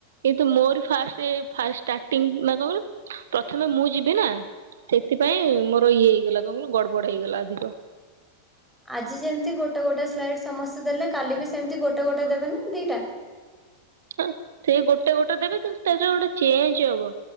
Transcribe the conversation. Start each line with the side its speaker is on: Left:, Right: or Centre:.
Right: କିନ୍ତୁ ମୋର ଫାଷ୍ଟ ଫାଷ୍ଟ ସ୍ଟାଟିଙ୍ଗ୍ ନା କଣ କହିଲୁ ପ୍ରଥମେ ମୁଁ ଯିବି ନା ସେଥିପାଇଁ ମୋର ଇଏ ହେଇଗଲା କଣ କହିଲୁ ଗଡବଡ ହେଇଗଲା ଅଧିକ।
Centre: ଆଜି ଯେମିତି ଗୋଟେ ଗୋଟେ ସ୍ଲାଇଡ ସମସ୍ତେ ଦେଲେ କାଲି ବି ସେମିତି ଗୋଟେ ଗୋଟେ ଦେବେ ନା ଦିଟା?
Right: ହ ସେଇ ଗୋଟେ ଗୋଟେ ଦେବେ କିନ୍ତୁ ତା ଯ ଗୋଟେ ଚେଞ୍ଜ ହବ।